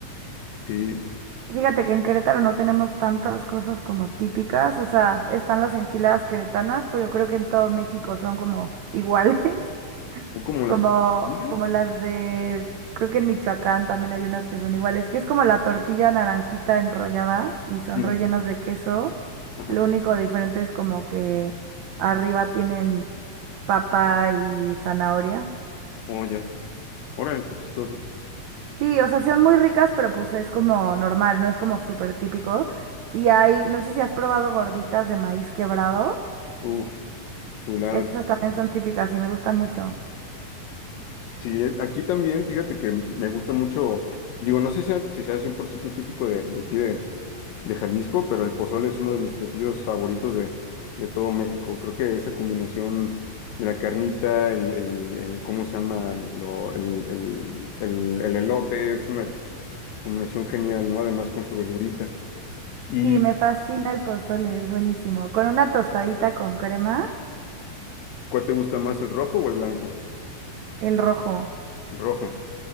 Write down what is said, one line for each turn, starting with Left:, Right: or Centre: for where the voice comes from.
Left: Sí,
Right: Fíjate que en Querétaro no tenemos tantas cosas como típicas, o sea, están las enchiladas queretanas, pero yo creo que en todo México son como iguales, <laughs>
Left: o como las...
Right: como,
Left: ¿sí?
Right: como las de, creo que en Michoacán también hay unas que son iguales, que es como la tortilla naranjita enrollada y son
Left: Ah, no.
Right: rellenas de queso.
Left: Ajá.
Right: Lo único diferente es como que arriba tienen papa y zanahoria.
Left: Oh, ya. Órale, qué chistoso.
Right: Sí, o sea, son muy ricas, pero pues es como normal, no es como súper típico. Y hay, no sé si has probado gorditas de maíz quebrado.
Left: Uf, chulada.
Right: Estas también son típicas y me gustan mucho.
Left: Sí, eh, aquí también, fíjate que me gusta mucho, digo, no sé si sea, si sea 100% típico de, de aquí de, de Jalisco, pero el pozole es uno de mis platillos favoritos de, de todo México. Creo que esa combinación de la carnita, el, el, el- ¿cómo se llama? Lo, el, el, el, el elote, es una combinación genial, ¿no? Además con su verdurita. ¿Y
Right: Sí, me fascina el pozole, es buenísimo. Con una tostadita con crema,
Left: cuál te gusta más, el rojo o el blanco?
Right: el rojo.
Left: El rojo.